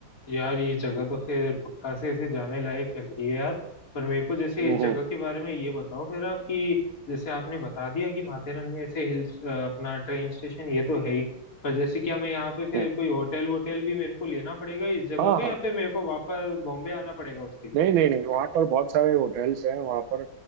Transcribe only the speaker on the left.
यार ये जगह तो फिर पक्का से इसे जाने लायक लग रही है यार पर मेरे को जैसे
इस जगह
के बारे में ये बताओ फिर आप कि जैसे आपने बता दिया कि माथेरन में ऐसे हिल्स अपना ट्रेन स्टेशन ये तो है ही पर जैसे क्या मैं यहाँ पे फिर
कोई होटल वोटल भी मेरे को लेना पड़ेगा इस जगह
पे
या फिर मेरे को वापस बॉम्बे आना पड़ेगा उसके लिए